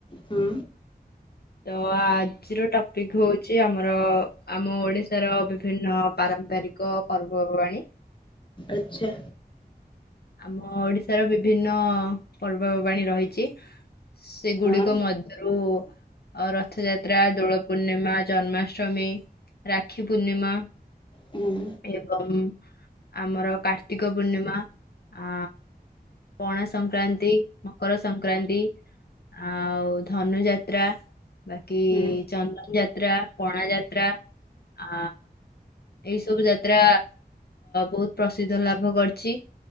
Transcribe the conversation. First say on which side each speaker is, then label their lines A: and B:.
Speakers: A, on the left; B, on the left.
A: ହୁଁ।
B: ତ ଆଜିର ଟପିକ ହଉଛି ଆମର ଆମ ଓଡିଶାର ବିଭିନ୍ନ ପାରମ୍ପରିକ ପର୍ବପର୍ବାଣି।
A: ଆଚ୍ଛା।
B: ଆମ ଓଡିଶାର ବିଭିନ୍ନ ପର୍ବପର୍ବାଣି ରହିଛି। ସେଗୁଡିକ
A: ହଁ
B: ମଧ୍ୟ ଆଉ ରଥଯାତ୍ରା, ଦୋଳ ପୂର୍ଣ୍ଣିମା, ଜନ୍ମାଷ୍ଟମୀ, ରାକ୍ଷୀ ପୂର୍ଣ୍ଣିମା
A: ହୁଁ
B: ଏବଂ ଆମର କାର୍ତ୍ତିକ ପୂର୍ଣ୍ଣିମା ଆ ପଣା ସଂକ୍ରାନ୍ତି, ମକର ସଂକ୍ରାନ୍ତି, ଆଉ ଧନୁ ଯାତ୍ରା, ବାକି
A: ହୁଁ
B: ଚନ୍ଦନ ଯାତ୍ରା, ପଣା ଯାତ୍ରା, ଆ ଏଇ ସବୁ ଯାତ୍ରା ବହୁତ ପ୍ରସିଦ୍ଧ ଲାଭ କରିଛି।